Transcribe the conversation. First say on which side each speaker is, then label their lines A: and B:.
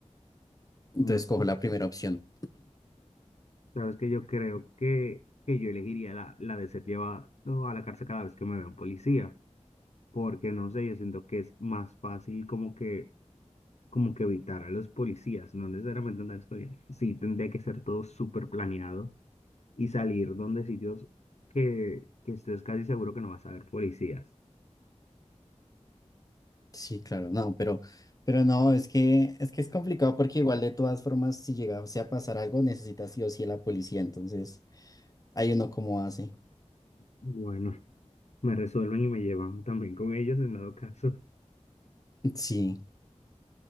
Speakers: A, on the left (about 30°); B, on the left (about 65°).
A: Entonces
B: Mm,
A: cojo la primera opción.
B: Sabes que yo creo que, que yo elegiría la, la de ser llevado a la cárcel cada vez que me vea un policía. porque no sé, yo siento que es más fácil como que, como que evitar a los policías, no necesariamente andar estudiando. Sí, tendría que ser todo súper planeado y salir donde sitios que, que estés casi seguro que no vas a ver policías.
A: Sí, claro, no, pero, pero no, es que, es que es complicado porque igual de todas formas, si llegase a pasar algo, necesitas sí o sí a la policía. Entonces, ahí uno cómo hace.
B: Bueno, me resuelven y me llevan también con ellos en dado caso.
A: Sí,